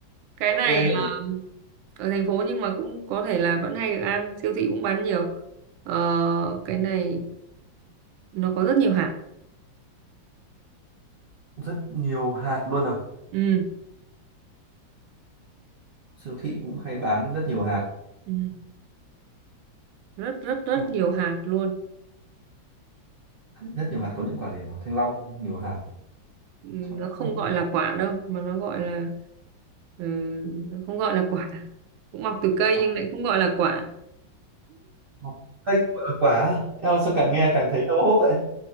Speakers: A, on the right (about 85°); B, on the right (about 70°).
A: cái
B: ok
A: này
B: gợi ý.
A: ờ, ở thành phố nhưng mà cũng có thể là vẫn hay được ăn siêu thị cũng bán nhiều Ờ, cái này nó có rất nhiều hạt
B: rất nhiều hạt luôn à
A: ừ,
B: siêu thị cũng hay bán rất nhiều hạt
A: ừ. rất rất rất
B: Ừ,
A: nhiều hạt luôn
B: rất nhiều hạt có những quả gì quả thanh long nhiều hạt
A: nó
B: Chắc cũng không
A: không gọi
B: quả
A: là quả đâu mà nó gọi là ừ, nó không gọi là quả cũng mọc từ cây
B: quả-
A: nhưng lại không gọi là quả
B: quả- cây gọi là quả á? em ơi, sao
A: <laughs>
B: càng nghe càng thấy đau hốp vậy